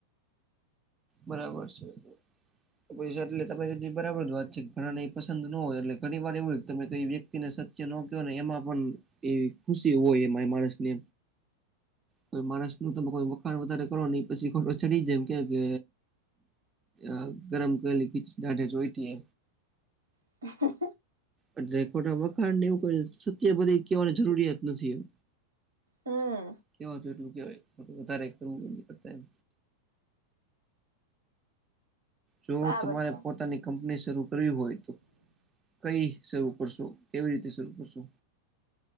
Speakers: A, on the right; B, on the right.
A: બરાબર છે <unintelligible> એટલે તમે બરાબર જ વાત છે કે ઘણા ને એ પસંદ ન હોય એલે ઘણી વાર એવું હોય તમેં કઈ વ્યક તી ને સત્ય ન કેવો ને એમાં પણ એવી ખુશી હોય એમાં માણસને કોઈ માણસનું તમે કોઈ વખાણ વધારે કરો ની પછી ખોટો ચડી જાય કેમ કે અ ગરમ કરેલી ખીચડી દાઢે જોઈતી
B: <inaudible>
A: એટલે ખોટા વખાણ ને એવું કોઈ સત્ય બધી કેવાની જરૂરિયાત નથી એમ
B: હમ
A: કેવાય તેટલું કેવાય વધારે કરવું કરતા એમ જો
B: બરાબર
A: તમારે
B: છે
A: પોતાની કંપની શરૂ કરવી હોય તો કઈ શરૂ કરશો કેવી રીતે શરૂ કરશો